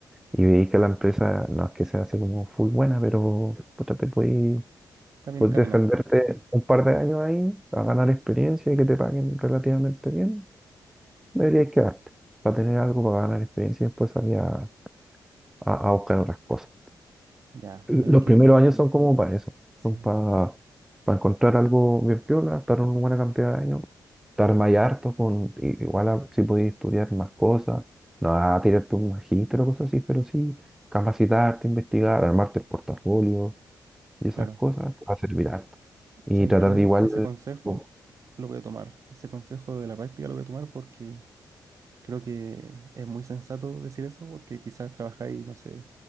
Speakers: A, in the centre; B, on the right.
A: y veis que la empresa no es que sea así como full buena, pero puta, te puedes,
B: Está bien
A: puedes
B: encaminada.
A: defenderte un par de años ahí a ganar experiencia y que te paguen relativamente bien, deberías quedarte para tener algo para ganar experiencia y después salir a, a- a buscar otras cosas.
B: Ya,
A: Los
B: ¿sabéis qué?
A: primeros años son como para eso,
B: Sí,
A: son para encontrar algo bien piola, estar una buena cantidad de años, estar más harto con, i- igual a- si podías estudiar más cosas, no a tirarte un magíster o cosas así, pero sí capacitarte, investigar, armarte el portafolio y
B: claro.
A: esas cosas, va a servir harto. Y
B: ¿Sabéis
A: tratar
B: qué?
A: de igual,
B: Ese
A: de-
B: consejo
A: po-
B: lo voy a tomar. Ese consejo de la práctica lo voy a tomar porque creo que es muy sensato decir eso porque quizás trabajáis, no sé,